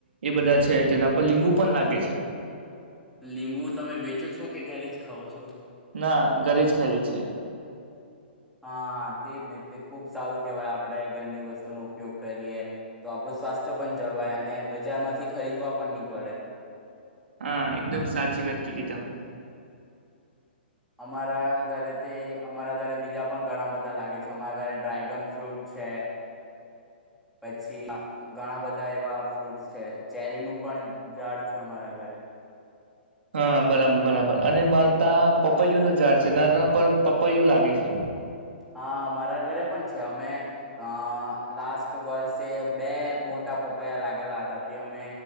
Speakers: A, on the right (about 75°); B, in the centre.
A: એ બધા છે તેના પર લીંબુ પણ લાગે છે.
B: લીંબુ તમે વેચો છો કે ઘરે જ ખાવ છો?
A: ના ઘરે જ ખાઈએ. છીએ.
B: હા તેજ ને તે ખૂબ સારું કેહેવાય આપણે ઘરની વસ્તુનો ઉપયોગ કરીએ તો આપણું સ્વાસ્થ્ય પણ જળવાય અને બજારમાંથી ખરીદવા પણ નહી પડે.
A: હા એકદમ સાચી વાત. કી દી તમે.
B: અમારા ઘરે તે અમારા ઘરે બીજા પણ ઘણા બધા લાગે છે અમારા ઘરે ડ્રાયગન ફ્રૂટ છે. પછી ઘણા બધા એવા ફ્રૂટસ છે ચેરીનું પણ ઝાડ છે, અમારા ઘરે
A: હા બરાબર બરાબર અને માર તા પપૈયું નુ ઝાડ છે નાના પર પપૈયું લાગે છે.
B: હા મારા ઘરે પણ છે અમે અ લાસ્ટ વર્ષે બે મોટા પપ પયા લાગેલા હતા. તે અમે